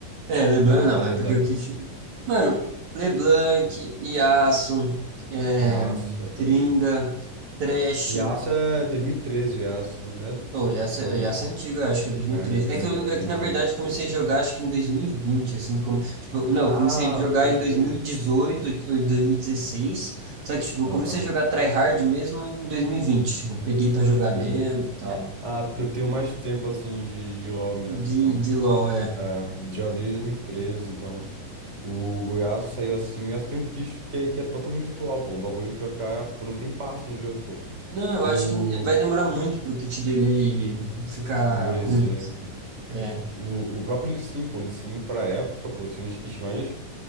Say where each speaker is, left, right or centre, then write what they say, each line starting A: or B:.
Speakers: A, on the right; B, on the right.
A: É, LeBlanc
B: A,
A: não,
B: a LeBlanc.
A: é porque o Kit. Mano, LeBlanc, Yasuo, é,
B: E a Yasuo também.
A: Trinda, Thresh.
B: E a Yasuo é 2013, Yasuo, né?
A: Oh, Yasuo,
B: Então.
A: é- Yasuo é antigo, eu acho que é 2013.
B: É, é é
A: É
B: verdade,
A: que, eu, é
B: 2013.
A: que, na verdade, eu comecei a jogar, acho que em 2020, assim, como, tipo, não,
B: Ah,
A: eu comecei a jogar
B: pode
A: em 2018,
B: crer.
A: ou em 2016, só que, tipo, eu
B: Aham,
A: comecei a jogar tryhard mesmo em 2020, tipo, peguei pra
B: pode
A: jogar
B: crer.
A: mesmo e tal.
B: Ah, porque eu tenho mais tempo assim de, de LoL mesmo,
A: De,
B: então.
A: de LoL, é.
B: É, já desde dois mil e treze. então. O, o Yasuo saiu assim, o Yasuo tem um kit que, é- que é totalmente atual, pô. Um bagulho que vai ficar por um tempasso no jogo, pô.
A: Não, eu
B: O
A: acho que vai demorar muito para o kit dele ficar
B: envelhecer.
A: ruim. É,
B: O, o próprio Lee Sin, pô. Lee Sin, pra época, pô, tinha um dos kits mais,